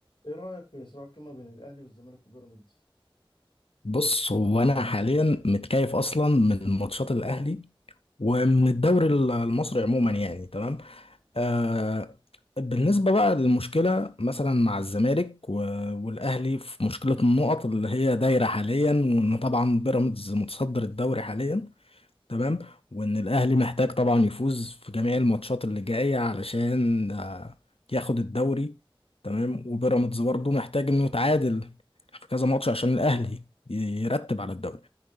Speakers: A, on the left (about 60°); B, on the left (about 80°).
A: ايه رايك في صراع القمه بين الاهلي والزمالك وبيراميدز
B: بص هو انا حاليا متكيف اصلا من ماتشات الاهلي ومن الدوري المصري عموما يعني تمام آه بالنسبه بقى للمشكله مثلا مع الزمالك و- والاهلي في مشكله النقط اللي هي دايره حاليا وان طبعا بيراميدز متصدر الدوري حاليا تمام وان الاهلي محتاج طبعا يفوز في جميع الماتشات اللي جايه علشان آه، ياخد الدوري تمام وبيراميدز برضه محتاج انه يتعادل في كذا ماتش عشان الاهلي ي- يرتب على الدوري